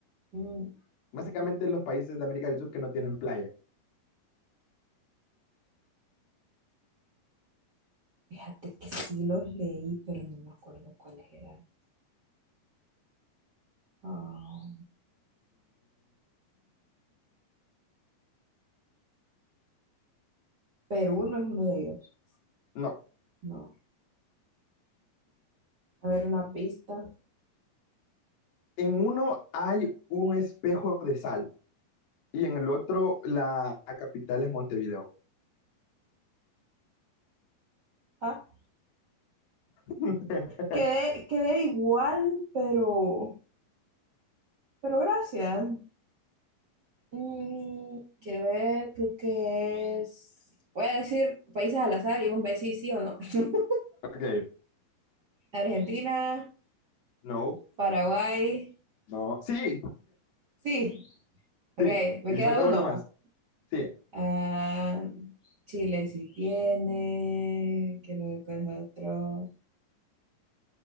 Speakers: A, on the right (about 50°); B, on the left (about 85°).
A: Mm,
B: Básicamente los países de América del Sur que no tienen playa.
A: Fíjate que sí los leí, pero no me acuerdo cuáles eran. Ah, Perú no es uno de ellos.
B: No,
A: No. A ver, una pista.
B: en uno hay un espejo de sal y en el otro la capital es Montevideo.
A: Ah,
B: <laughs>
A: quedé, quedé igual, pero, pero gracias. Mm, quiero ver, creo que es. Voy a decir países al azar y vos me decís sí o no. <laughs>
B: Ok,
A: Argentina,
B: no,
A: Paraguay.
B: no. Sí,
A: Sí, ok,
B: sí,
A: me
B: y
A: queda
B: falta
A: alguno
B: uno más.
A: va.
B: Sí,
A: Ah, Chile sí tiene. Quiero ver cuál es otro.